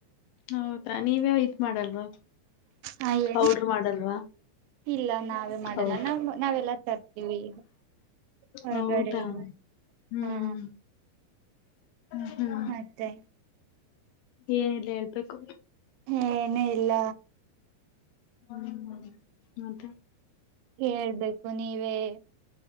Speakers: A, on the left; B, on the right.
A: ಹೌದ್ರಾ ನೀವ ಇತ್ ಮಾಡಲ್ವಾ
B: ಹಾ ಹೇಳಿ
A: ಹೌಡ್ರ ಮಾಡಲ್ವಾ
B: ಇಲ್ಲ ನಾವೇ ಮಾಡಲ್ಲ
A: ಹೌದು
B: ನಾವ್ ನಾವೆಲ್ಲ ತರ್ತೀವಿ ಹೊರಗಡೆಯಿಂದ
A: ಹೌದಾ ಹ್ಮ್
B: ಹಾ
A: ಹ್ಮ್
B: ಮತ್ತೆ
A: ಏನಿಲ್ಲ ಹೇಳ್ಬೇಕು
B: ಏನು ಇಲ್ಲ
A: ಹ್ಮ ಮತ್ತೆ
B: ಹೇಳ್ಬೇಕು ನೀವೇ